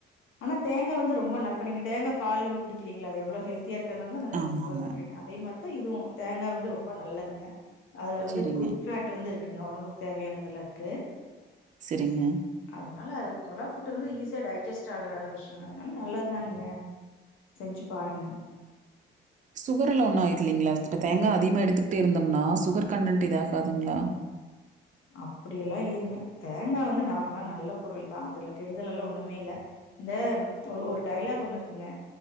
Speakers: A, on the left; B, on the right.
A: ஆனா தேங்கா வந்து ரொம்ப நல் இப்ப நீங்க தேங்கா பால் வந்து குடிக்கீறிங்ளா அது எவ்ளோ ஹெல்த் தியா இருக்கற்துனால வந்து அத நீங்க
B: ஆமாங்க.
A: ப்ரிஃவேர் பண்றீங்க அதேமாரி தா இதுவு தேங்கா வந்து ரொம்ப நல்லதுங்க அதுல வந்து
B: சரிங்க,
A: குட் பேட் வந்து இருக்குங்க ஒடம்புக்கு தேவையானதுல்லா இருக்கு
B: செரிங்க
A: அதனால அது கொழா புட்டு வந்து ஈஸியா டைஜஸ்ட் ஆகுற விஷ்யங்க அதுனால் நல்லத்தா நீங்க செஞ்சு பாருங்க
B: சுகரல்லாம்‌ ஒன்னும் ஆயிலிங்களா இப்போ தேங்கா அதிகமாக எடுத்துக்கிட்டே இருந்தம்னா சுகர் கன்டென் இதாகாதுங்ளா
A: அப்புடி எல்லா இல்லிங்க தேங்கா வந்து நார்மலா நல்ல பொருள் தா அதுல கெடுதல் எல்லா ஒன்னுமே இல்ல இந்த ஒரு டைலாக் ஒன்னு இருக்குங்க